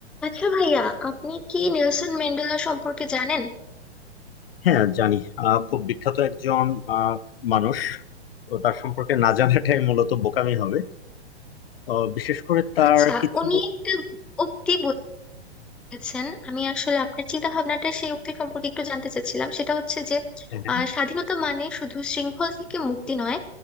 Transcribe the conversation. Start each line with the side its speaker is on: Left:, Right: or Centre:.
Centre: আচ্ছা ভাইয়া আপনি কি নেলসন ম্যান্ডেলা সম্পর্কে জানেন
Left: হ্যাঁ জানি আহ, খুব বিখ্যাত একজন আহ, মানুষ তো তার সম্পর্কে না জানাটাই মূলত বোকামি হবে আহ, বিশেষ করে তার
Centre: আচ্ছা
Left: কিছু
Centre: উনি একটা উক্তি বলেছেন আমি আসলে আপনার চিন্তা ভাবনাটা সেই উক্তি সম্পর্কে একটু জানতে চাচ্ছিলাম সেটা হচ্ছে যে
Left: হ্যাঁ
Centre: আহ, স্বাধীনতা মানে শুধু শৃঙ্খল থেকে মুক্তি নয়